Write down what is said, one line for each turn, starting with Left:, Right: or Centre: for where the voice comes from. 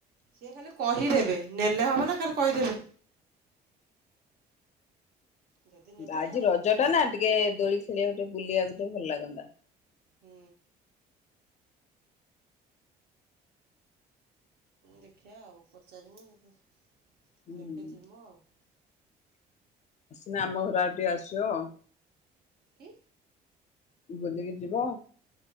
Right: ସିଏ ଖାଲି କହିଦେବେ, ନେଲେ ହବ ନା ଖାଲି କହିଦେବେ? ଯଦି ନେବେ
Left: ଆଜି ରଜ
Right: ଯିମୁ।
Left: ଟା ନା ଟିକେ ଦୋଳି ଖେଳିବାକୁ ଟିକେ ବୁଲିବାକୁ ଟିକେ ଭଲ ଲାଗନ୍ତା।
Right: ହୁଁ। ଦେଖିଆ ଆଉ ପଚାରିମି
Left: ହୁଁ
Right: ନେବେ ଯିମୁୁ ଆଉ।
Left: ନା ଆମ ଘର ଆଡେ ଟିକେ ଆସିବ।
Right: କି?
Left: ବୁଲିକି ଯିବ।